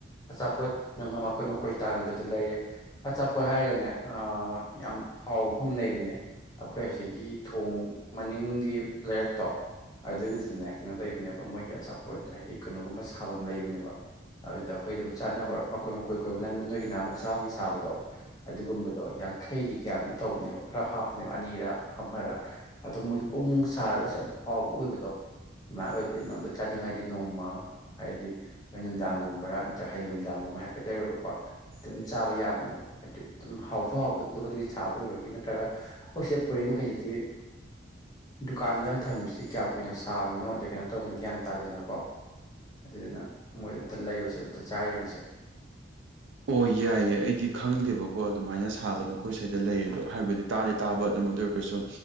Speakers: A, on the left; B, on the right.
A: ꯑꯆꯥꯄꯣꯠ ꯑꯃ ꯃꯀꯣꯏ ꯃꯀꯣꯏ ꯇꯥꯕꯤꯗꯨ ꯑꯗꯨ ꯂꯩꯔꯦ ꯑꯆꯥꯄꯣꯠ ꯍꯥꯏꯔꯒꯅꯦ ꯑ ꯌꯥꯝ ꯍꯥꯎꯕ ꯃꯐꯝ ꯂꯩꯕꯅꯤꯅꯦ ꯑꯩꯈꯣꯏ ꯑꯁꯤꯒꯤ ꯊꯣꯡ ꯃꯅꯤꯡꯒꯤ ꯂꯩꯔꯛꯇꯣ ꯑꯗꯨꯒꯤꯗꯨꯗꯅꯦ <unintelligible> ꯂꯩꯕꯅꯦꯕ ꯃꯣꯏꯒꯤ ꯑꯆꯥꯄꯣꯠ ꯍꯥꯏꯗꯤ ꯀꯩꯅꯣꯒꯨꯝꯕ ꯁꯥꯕꯝ ꯂꯩꯕꯅꯦꯕ ꯑꯗꯨꯗ ꯑꯩꯈꯣꯏ ꯑꯗꯨꯝ ꯆꯥꯅꯕ ꯃꯀꯣꯏ ꯃꯀꯣꯏ ꯀꯣꯏꯕ ꯅꯪ ꯅꯣꯏꯒꯤ ꯅꯍꯥꯟꯃꯨꯛ ꯆꯍꯥꯎꯒꯤ ꯁꯥꯕꯗꯣ ꯑꯗꯨꯒꯨꯝꯕꯗꯣ ꯌꯥꯡꯈꯩꯒꯤ ꯀꯌꯥꯅꯣꯝ ꯇꯧꯕꯅꯦꯕ ꯈꯔ ꯍꯥꯞꯄꯅꯦꯕ ꯑꯅꯤꯔ ꯑꯃꯔ ꯑꯗꯣ ꯃꯣꯏꯁꯨ ꯕꯨꯡ ꯕꯨꯡ ꯁꯥꯔꯒꯁꯨ ꯌꯥꯝ ꯍꯥꯎꯕ ꯑꯣꯏꯕꯗꯣ ꯗꯨꯃꯥꯏ ꯑꯣꯏꯕꯩ ꯅꯉꯣꯟꯗ ꯆꯥꯅꯤꯡꯉꯥꯏꯗꯤ ꯅꯣꯡꯃ ꯍꯥꯏꯗꯤ ꯍꯣꯔꯦꯟ ꯅꯨꯡꯗꯥꯡꯒꯨꯝꯕꯔꯥ ꯅꯠꯇ꯭ꯔ ꯍꯌꯦꯡ ꯅꯨꯡꯗꯥꯡꯒꯨꯝꯕꯔꯥ ꯍꯥꯏꯐꯦꯠ ꯂꯩꯔꯨꯔꯒꯀꯣ ꯑꯗꯨꯝ ꯆꯥꯕ ꯌꯥꯕꯅꯦꯕ ꯍꯥꯏꯗꯤ ꯑꯗꯨꯝ ꯍꯥꯎꯁꯨ ꯍꯥꯎꯕꯗꯣ ꯈꯨꯗꯛ ꯈꯨꯗꯛꯒꯤ ꯁꯥꯕ ꯑꯣꯏꯕꯒꯤ ꯅꯠꯇ꯭ꯔꯒ ꯑꯩꯈꯣꯏ ꯁꯤꯗ ꯄꯨꯔꯛꯏ ꯃꯈꯩꯁꯤꯗꯤ ꯗꯨꯀꯥꯟꯗ ꯊꯝꯃꯤꯁꯤ ꯀꯌꯥꯝ ꯀꯨꯏꯅ ꯁꯥꯕꯅꯣ ꯑꯗ ꯀꯩꯅꯣ ꯇꯧꯕꯅꯤꯅ ꯒ꯭ꯌꯥꯟ ꯇꯥꯗꯦꯅꯀꯣ ꯑꯗꯨꯗꯨꯅ ꯃꯣꯏꯗ ꯑꯝꯇ ꯂꯩꯔꯨꯁꯦ ꯑꯝꯇ ꯆꯥ ꯌꯦꯡꯉꯨꯁꯦ
B: ꯑꯣ ꯌꯥꯏꯌꯦ ꯑꯩꯗꯤ ꯈꯪꯗꯦꯕꯀꯣ ꯑꯗꯨꯃꯥꯏꯅ ꯁꯥꯕꯗꯣ ꯑꯩꯈꯣꯏ ꯁ꯭ꯋꯥꯏꯗ ꯂꯩꯌꯦ ꯑꯗꯣ ꯍꯥꯏꯕꯗꯤ ꯇꯥꯗꯤ ꯇꯥꯕ ꯑꯗꯨꯝ ꯑꯗꯨ ꯑꯣꯏꯔꯒꯁꯨ